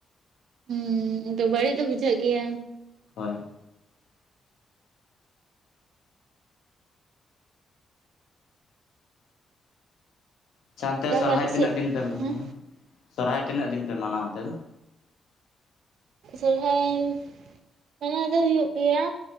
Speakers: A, on the right; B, on the left.
A: ᱦᱩᱸᱻ ᱟᱫᱚ ᱵᱟᱹᱲᱤᱡ ᱫᱚ ᱵᱩᱡᱷᱟᱹᱜ ᱜᱮᱭᱟ ᱾
B: ᱦᱳᱭ ᱟᱪᱪᱷᱟ ᱚᱱᱛᱮ
A: ᱛᱟᱦᱚᱞᱮ
B: ᱥᱚᱨᱦᱟᱭ
A: ᱟᱯᱮ
B: ᱛᱤᱱᱟᱹᱜ
A: ᱥᱮᱫ
B: ᱫᱤᱱ ᱯᱮ ᱢᱟᱱᱟᱣᱟ
A: ᱦᱮᱸ
B: ᱥᱚᱨᱦᱟᱭ ᱛᱤᱱᱟᱹᱜ ᱫᱤᱱ ᱯᱮ ᱢᱟᱱᱟᱣᱟ ᱚᱱᱛᱮ ᱫᱚ?
A: ᱥᱚᱨᱦᱟᱭ ᱢᱟᱱᱟᱣ ᱫᱚ ᱦᱩᱭᱩᱜ ᱜᱮᱭᱟ